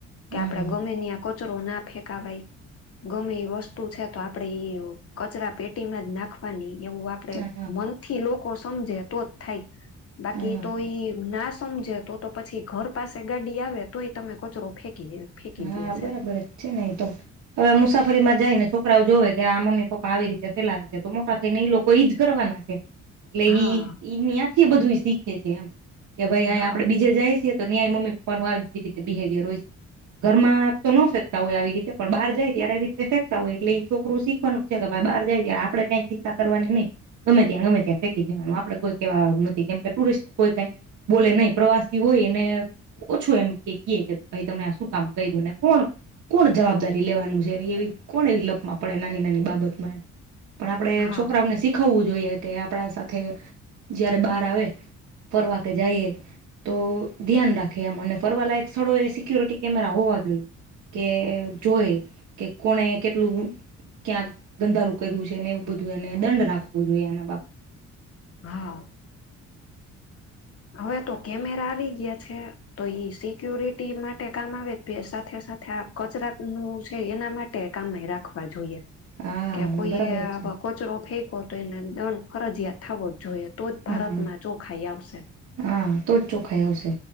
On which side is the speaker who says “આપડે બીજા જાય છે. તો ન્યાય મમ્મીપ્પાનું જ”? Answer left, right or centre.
Right